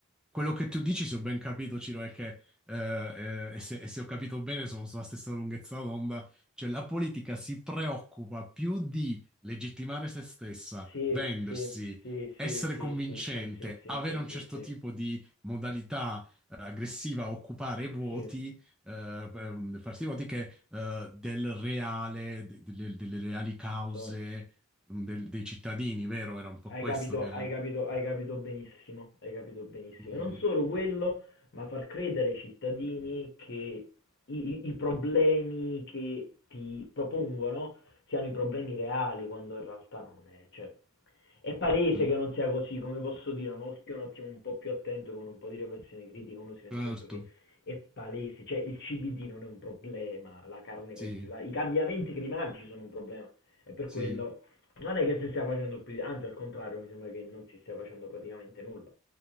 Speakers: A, in the centre; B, on the left (about 55°).
A: quello che tu dici, se ho ben capito, Ciro, è che, eh, eh, e se, e se ho capito bene, sono sulla stessa lunghezza d'onda, cioè la politica si preoccupa più di legittimare se stessa,
B: Sì,
A: vendersi,
B: sì, sì,
A: essere
B: sì, sì,
A: convincente,
B: sì, sì, sì, sì, sì,
A: avere
B: sì,
A: un
B: sì.
A: certo
B: sì.
A: tipo di modalità, eh, aggressiva, occupare i voti,
B: Sì,
A: eh, ehm, farsi i voti, che, eh, del reale, de- delle, delle reali cause,
B: so-
A: mm, del- dei cittadini, vero? Era un po'
B: hai
A: questo
B: capito,
A: che...
B: hai capito, hai capito benissimo, hai capito benissimo.
A: Mm.
B: E non solo quello, ma far credere ai cittadini che i, i- i problemi che ti propongono siano i problemi reali, quando in realtà non è. Cioè, è palese
A: Sì,
B: che non sia così, come posso dire, un occhio un attimo un po' più attento, con un po' di riflessione critica, uno si rende
A: certo,
B: conto che è palese, cioè il CBD non è un problema, la carne coltivata,
A: sì,
B: i cambiamenti climatici sono un problema. E per
A: sì.
B: quello Non è che si stia facendo più, di- anzi al contrario, mi sembra che non si stia facendo praticamente nulla.